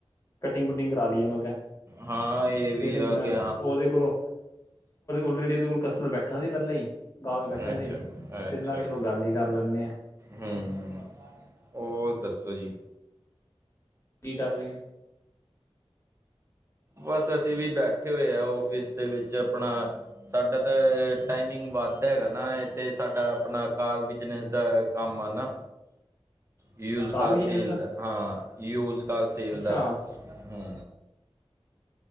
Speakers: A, on the left; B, on the right.
A: ਕਟਿੰਗ ਕੁਟਿੰਗ ਕਰਾ ਲਈਏ ਮੈਂ ਕਿਹਾ।
B: ਹਾਂ ਇਹ ਵੀ
A: ਫਿਰ ਮੈਂ
B: ਆ ਕਿ
A: ਉਹਦੇ ਕੋਲੋਂ ਲਰੇਡੀ ਉਹਦੇ ਕੋਲ ਕਸਟਮਰ ਬੈਠਾ ਸੀ ਪਹਿਲਾਂ ਹੀ ਗਾ ਕੇ ਬੈਠਾ
B: ਅੱਛਾ
A: ਸੀ।
B: ਅੱਛਾ ਅੱਛਾ
A: ਫਿਰ ਮੈਂ ਕਿਹਾ ਚਲੋ ਗੱਲ ਹੀ ਕਰ ਲੈਂਦੇ ਆ
B: ਹੂੰ, ਉਹ ਦੱਸੋ ਜੀ,
A: ਕੀ ਕਰ ਰਹੇ।
B: ਬਸ ਅਸੀਂ ਵੀ ਬੈਠੇ ਹੋਏ ਆ ਆਫਿਸ ਦੇ ਵਿੱਚ ਆਪਣਾ। ਸਾਡਾ ਤਾਂ ਟਾਈਮਿੰਗ ਵੱਧਦਾ ਹੈਗਾ ਨਾ ਅਤੇ ਸਾਡਾ ਆਪਣਾ ਕਾਗ ਬਿਜ਼ਨਸ ਦਾ। ਕੰਮ ਨਾ ਯੂਜ਼
A: ਕਾਰ
B: ਕਾ
A: ਬਿਜਨਸ
B: ਸੇਲ ਦਾ ਹਾਂ ਯੂਜ ਕ ਸੇਲ
A: ਅੱਛਾ
B: ਦਾ ਹੂ,